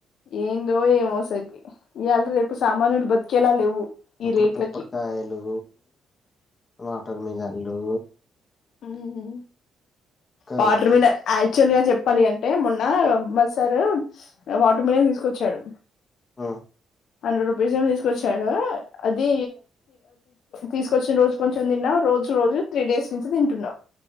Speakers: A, on the left (about 70°); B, on the left (about 30°).
A: ఏందో ఏమో అసకి ఇయ్యాల్టి రేపు సామాన్యులు బతికేలా లేవు ఈ
B: ఇప్పుడు
A: రేట్లకి
B: పుప్పడికాయలు వాటర్ మిలాన్ లు
A: ఊహూ
B: ఇంకా
A: వాటర్
B: పోతాయి.
A: మిలాన్ <unintelligible> చువల్ గా చెప్పాలి అంటే మొన్న మా సారు వాటర్ మిలాన్ తీసుకొచ్చాడు
B: ఆ
A: హండ్రెడ్ రూపీస్ ఏమో తీసుకొచ్చాడు. అది తీసుకొచ్చిన రోజు కొంచెం తిన్నా, రోజు రోజు త్రీ డేస్ నుంచి తింటున్నా,